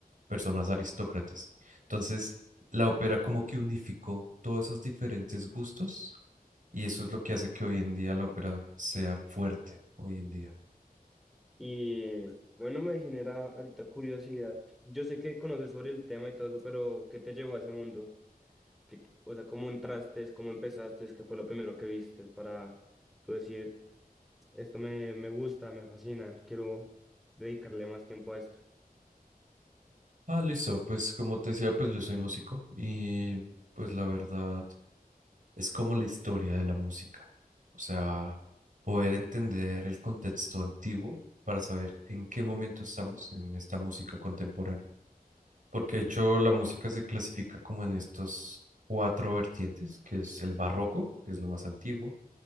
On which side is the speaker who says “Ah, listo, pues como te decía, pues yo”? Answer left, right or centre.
Right